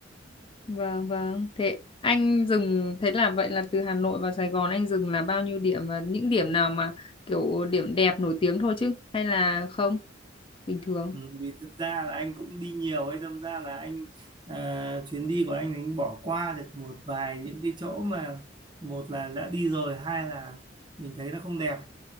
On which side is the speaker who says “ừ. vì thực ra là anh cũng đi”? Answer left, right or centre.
Right